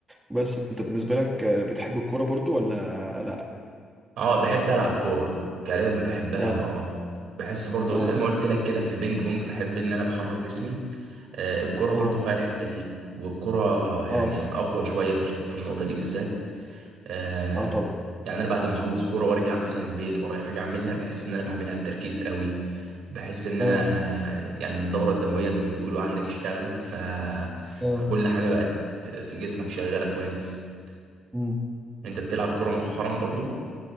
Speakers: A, on the right; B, on the right.
A: بس أنت بالنسبة لك آه، بتحب الكورة برضه ولا
B: اه بحب العب كوره كلعب بحبها
A: لأ؟
B: اه بحس برضو
A: اه
B: زي ما قلت لك كده في البينج بونج بحب ان انا بحرك جسمي آه الكوره برضو
A: اه
B: فيها الحته دي والكوره يعني
A: اه
B: اقوى شويه في الح- في النقطه دي بالذات آه
A: اه طبعا
B: يعني انا بعد ما اخلص كوره وارجع مثلا البيت ورايا حاجه اعملها بحس ان انا بعملها بتركيز قوي بحس ان
A: اه
B: انا يعني الدوره الدمويه زي ما بيقولوا عندك اشتغلت ف...
A: اه
B: فكل حاجه بقت في جسمك شغاله كويس
A: مم.
B: انت بتلعب كوره مؤخرا برضو